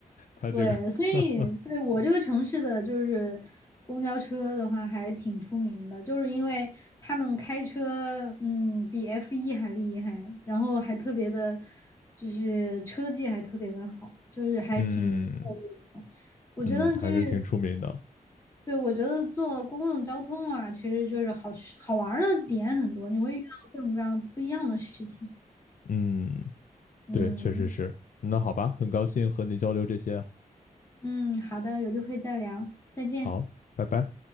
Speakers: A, on the left; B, on the left.
A: 他这个
B: 对，所以对我这个城市的就是公交车的话，
A: <laughs>
B: 还挺出名的，就是因为他们开车，嗯，比 f 一还厉害，然后还特别的，就是车技还特别的好，就是还挺挺有意思的。
A: 嗯
B: 我觉得就是，
A: 嗯，还是挺出名的。
B: 对，我觉得坐公共交通啊，其实就是好吃好玩儿的点很多，你会遇到各种各样的不一样的事情。
A: 嗯，
B: 嗯
A: 对，确实是。那好吧，很高兴和你交流这些啊
B: 嗯，好的，有机会再聊，再见。
A: 好，拜拜。